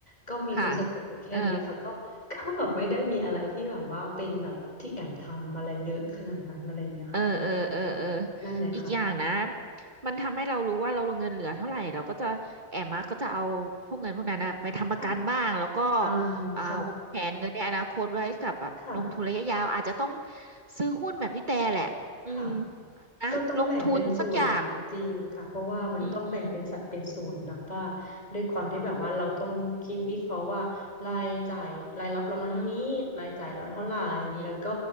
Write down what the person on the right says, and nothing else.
ค่ะเออเออเออเออเออ
อีกอย่างนะมันทำให้เรารู้ว่าเราเงินเหลือเท่าไหร่เราก็จะแอมมาก็จะเอาพวกเงินพวกนั้นนะไปทำประกันบ้าง
แล้วก็
อ่าวางแผนเงินในอนาคตไว้กับแบบลงทุนระยะยาวอาจจะต้อง
ซื้อหุ้นแบบพี่แต่แหละอืม
นะลงทุนสักอย่าง
อืมอืม
อืมอืม